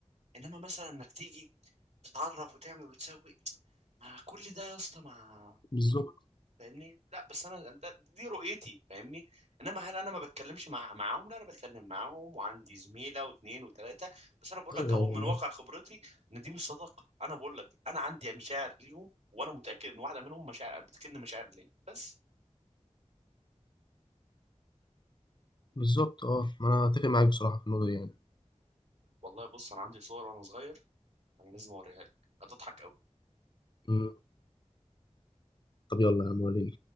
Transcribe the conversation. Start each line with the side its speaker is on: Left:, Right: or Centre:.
Right: انما مثلا انك تيجي تتعرف وتعمل وتسوي ما كل ده يا اسطى ما
Left: بالظبط
Right: فاهمني لا بس انا ده- دي رؤيتي فاهمني انما هل انا ما بتكلمش مع معاهم لا انا بتكلم معاهم وعندي زميله واثنين وثلاثه بس انا بقول
Left: ايوه
Right: لك اهو
Left: أيوة،
Right: من
Left: أنا
Right: واقع
Left: معاك.
Right: خبرتي ان دي مش صداقه انا بقول لك انا عندي مشاعر ليهم وانا متاكد ان واحده منهم مشاعر بتكن مشاعر ليا بس
Left: بالظبط اه ما انا اتفق معاك بصراحه في النقطه دي يعني
Right: والله بص انا عندي صور وانا صغير انا لازم اوريها لك هتضحك قوي
Left: مم. طب يلا يا عم وريني